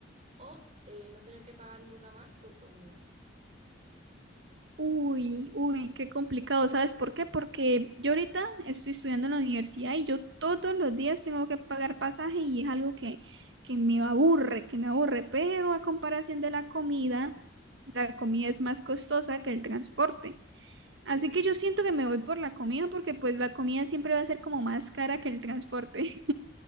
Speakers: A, on the right; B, on the right.
A: ¿O eh, no tener que pagar nunca más por comida?
B: Uy, uy, qué complicado. ¿Sabes por qué? Porque yo ahorita estoy estudiando en la universidad y yo todos los días tengo que pagar pasaje y es algo que, que me aburre, que me aburre. Pero a comparación de la comida, la comida es más costosa que el transporte.
A: Sí,
B: Así que yo siento que me voy por la comida porque pues la comida siempre va a ser como más cara que el transporte.